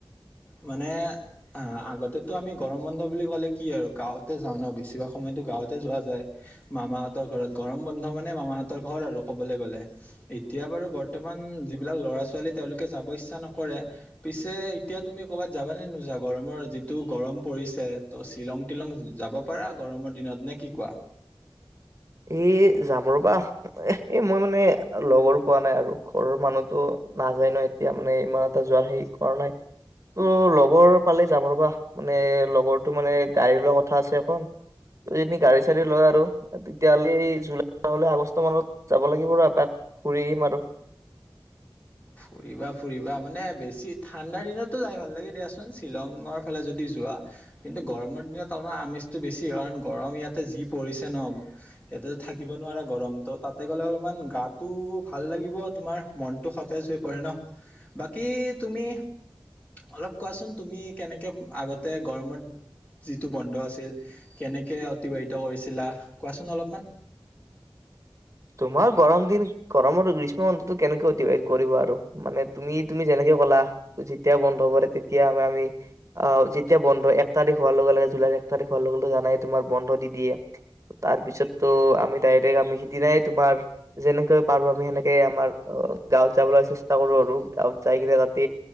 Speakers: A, on the left; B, on the right.
A: মানে অ', আগতেতো আমি গৰম বন্ধ বুলি ক'লে কি আৰু গাওঁতে যাও ন বেছিভাগ সময়তো গাওঁতে যোৱা যায় মামাহতৰ ঘৰত গৰম বন্ধ মানে মামাহতৰ ঘৰ আৰু কবলৈ গলে এতিয়া বাৰু বৰ্তমান যিবিলাক ল'ৰা ছোৱালী তেওঁলোকে যাব ইচ্ছা নকৰে পিছে এতিয়া তুমি কৰ'বাত যাব নে নোজা গৰমৰ যিটো গৰম পৰিছে ত' শ্বিলং টিলং যাব পাৰা গৰমৰ দিনত নে কি কোৱা।
B: এ যাম ৰবা এই মই মানে লগৰ পোৱা নাই আৰু ঘৰৰ মানুহটো নাযায় ন এতিয়া মানে ইমান এটা যোৱাৰ হেৰি কৰা নাই ত' লগৰ পালে যাম ৰবা মানে লগৰটো মানে গাড়ী লোৱা কথা আছে এখন ত যিজন গাড়ী চড়ী লয় আৰু তেতিয়'লে জুলাইলে আগষ্ট মানত যাব লাগিব ৰ এপাক ঘুৰি আহিম আৰু।
A: ফুৰিবা ফুৰিবা মানে বেছি ঠাণ্ডাৰ দিনটো যাই ভাল লাগে দিয়াচোন শ্বিলঙৰ ফালে যদি যোৱা কিন্তু গৰমৰ দিনত অলপমান আমেজটো বেছি কাৰণ গৰম ইয়াতে যি পৰিছে ন ইয়াতে থাকিব নোৱা গৰমটো তাতে গ'লে অলপমান গাটো ভাল লাগিব তোমাৰ মনতটো স হৈ পৰে ন বাকী তুমি অলপ কোৱাচোন তুমি কেনেকে আগতে গৰমত যিটো বন্ধ আছিল কেনেকে অতিবাহিত কৰিছিলা কোৱাচোন অলপমান।
B: তোমাৰ গৰম দিন গৰমৰ গ্ৰীষ্ম বন্ধতটো কেনেকে অতিবাহিত কৰিবা আৰু মানে তুমি তুমি যেনেকে কলা যেতিয়া বন্ধ কৰে তেতিয়া আম আমি আহ যেতিয়া বন্ধ এক তাৰিখ হোৱাৰ লগে লগে জুলাই এক তাৰিখ হোৱাৰ লগে লগে জানাই তোমাৰ বন্ধ দি দিয়ে তাৰ পিছতো আমি ডাইৰেক্ট আমি সিদিনাই তোমাৰ যেনেকৈ পাৰো আমি সেনেকে আমাৰ গাঁৱত যাবলৈ চেষ্টা কৰো আৰু গাঁৱত যাই কিনে ৰাাতি